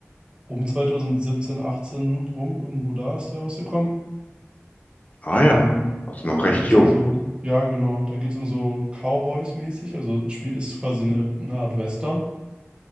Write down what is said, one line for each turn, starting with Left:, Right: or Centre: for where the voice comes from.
Right: um 2017, 18 rum, irgendwo da ist der rausgekommen.
Left: Ah ja,
Right: Ähm,
Left: also noch
Right: da
Left: recht
Right: geht
Left: jung.
Right: es um so, ja, genau, da geht es um so Cowboys-mäßig, also Spiel ist quasi eine, eine Art Western.